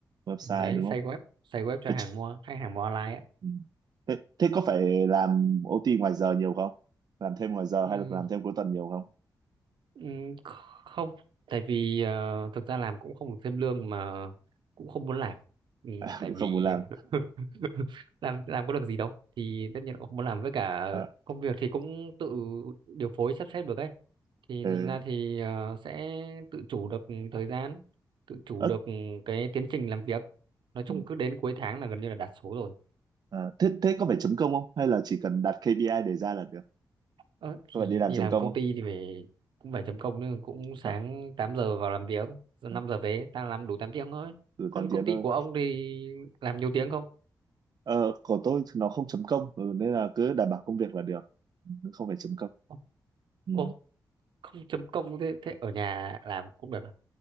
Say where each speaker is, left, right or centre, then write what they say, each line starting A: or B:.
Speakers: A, on the right; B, on the right.
A: website
B: đấy
A: đúng
B: xây
A: không
B: web xây web cho
A: thế,
B: hàng
A: ch-
B: mua khách hàng mua online
A: ừ. thế thế có phải làm OT ngoài giờ nhiều không làm thêm ngoài giờ
B: ấy.
A: hay là làm thêm cuối tuần nhiều không
B: Ừm, không tại vì ờ, thực ra làm cũng không được thêm lương mà cũng không muốn làm Ừm,
A: <laughs>
B: tại
A: cũng
B: vì
A: không muốn làm
B: <laughs> làm làm có được gì đâu thì tất nhiên cũng không muốn làm với cả
A: à,
B: công việc thì cũng tự điều phối sắp xếp được ấy thì
A: ừ.
B: thành ra thì ờ, sẽ tự chủ được thời gian tự chủ
A: Ớ,
B: được cái tiến trình làm việc nói chung
A: Ừ.
B: cứ đến cuối tháng là gần như là đạt số rồi
A: à, thế thế có phải chấm công không hay là chỉ cần đặt KPI để ra là được
B: Ờ,
A: có
B: thì
A: phải đi làm
B: đi
A: chấm
B: làm
A: công
B: công
A: không
B: ty thì phải cũng phải chấm công nữa cũng sáng
A: à,
B: 8 giờ vào làm việc giờ
A: à,
B: 5 giờ về ta làm đủ 8 tiếng thôi
A: từ
B: còn
A: 8 tiếng
B: công ty
A: thôi
B: của ông thì làm nhiều tiếng không
A: ờ, của tôi thì nó không chấm công ừ, nên là cứ đảm bảo công việc là được Ừ, không phải chấm công
B: ô,
A: Ừ.
B: ô không chấm công thế thế ở nhà làm cũng được à?